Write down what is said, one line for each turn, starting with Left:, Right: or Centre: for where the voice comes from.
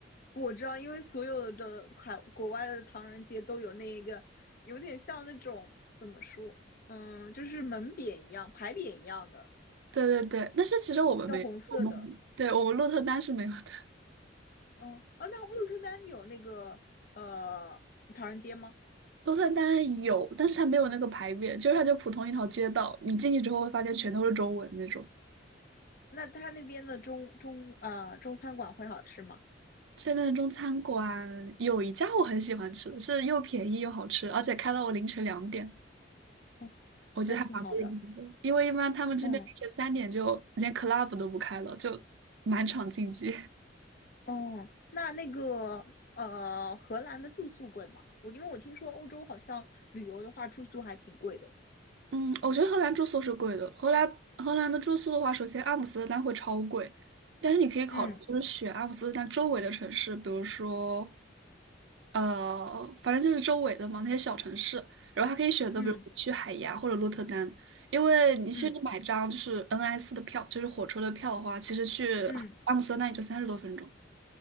Left: 我知道，因为所有的海国外的唐人街都有那个，有点像那种怎么说，嗯，就是门匾一样、牌匾一样的，
Right: 对对对，但是其实我们没有我们对我们鹿特丹是没有的。
Left: 那红色的。哦，啊，那鹿特丹有那个呃唐人街吗？
Right: 鹿特丹有，但是它没有那个牌匾，就是它就普通一条街道，你进去之后会发现全都是中文那种。
Left: 那他那边的中中呃中餐馆会好吃吗？
Right: 这边的中餐馆有一家我很喜欢吃，是又便宜又好吃，而且开到我凌晨两点。
Left: 嗯，
Right: 我觉得还蛮不容易的，
Left: 那挺好的。
Right: 因为一般他们这边凌晨三点就连
Left: 嗯，
Right: club 都不开了，就满场竞技。<laughs>
Left: 哦，那那个呃荷兰的住宿贵吗？我因为我听说欧洲好像旅游的话住宿还挺贵的。
Right: 嗯，我觉得荷兰住宿是贵的。荷兰荷兰的住宿的话，首先阿姆斯特丹会超贵，但是你可以考虑就是选阿姆斯特丹周围的城市，
Left: 嗯
Right: 比如说呃，反正就是周围的嘛那些小城市，然后还可以选择比如去海牙或者鹿特丹，
Left: 嗯
Right: 因为你其实你买张就是
Left: 嗯
Right: NS 的票，就是火车的票的话，其实去阿姆斯特丹也就三十多分钟。
Left: 嗯。